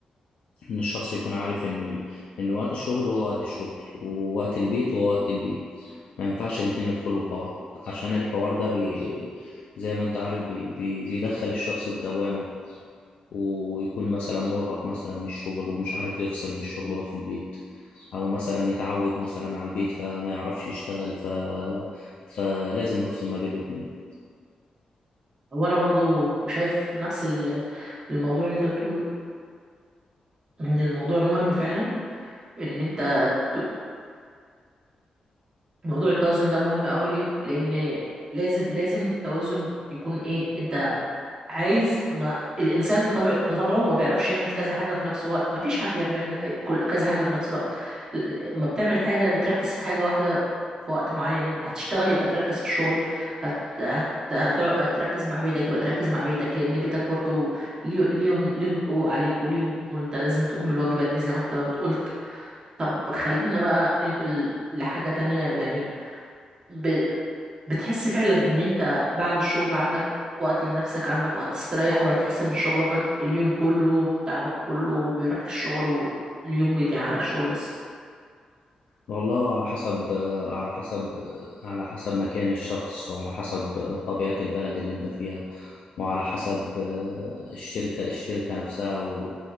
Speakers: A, on the left; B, on the right.
A: ان الشخص يكون عارف ان ال... ان وقت الشغل هو وقت الشغل ووقت البيت هو وقت البيت ما ينفعش الاتنين يدخلوا ببعض عشان الحوار ده بي... زي ما انت عارف بي... بي... بيدخل الشخص في دوامة ويكون مثلا مرهق مثلا من الشغل ومش عارف يفصل من الشغل وهو في البيت او مثلا يتعود مثلا على البيت فما يعرفش يشتغل ف... فلازم نفصل ما بين الاتنين
B: وانا برضو شايف نفس ال- الموضوع اللي انت بتقول ان الموضوع مهم فعلا ان انت ت- موضوع التوازن ده مهم قوي ليه؟ لان لازم لازم التوازن يكون ايه انت عايز ما الانسان بطبع بطبعه ما بيعرفش يعمل كذا حاجه في نفس الوقت ما فيش حد بيعرف يعمل أي... كل كذا حاجه في نفس الوقت ل- ما بتعمل حاجه بتركز في حاجه واحده في وقت معين يعني هتشتغل يبقى تركز في الشغل هت... هت... هت... هتركز مع بيتك يبقى تركز مع بيتك لان بيتك برضو ليه... ليهم ليهم حقوق عليك وليهم وانت لازم تقوم بالواجبات دي زي ما انت قلت طب خلينا بقى ننقل لحاجه تانية يعني ب... بتحس فعلا ان انت بعد الشغل عندك وقت لنفسك عندك وقت تستريح ولا تحس ان الشغل واخد اليوم كله تعبك كله بيروح في الشغل واليوم بيضيع على الشغل بس
A: والله على حسب على حسب على حسب مكان الشخص وعلى حسب طبيعة البلد اللي انت فيها وعلى حسب الشركة الشركة نفسها و